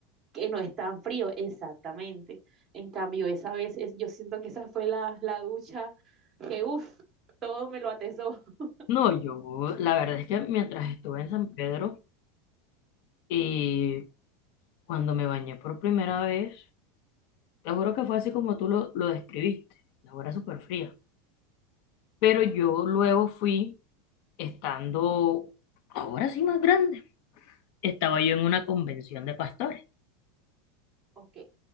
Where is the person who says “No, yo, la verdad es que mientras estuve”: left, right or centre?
Left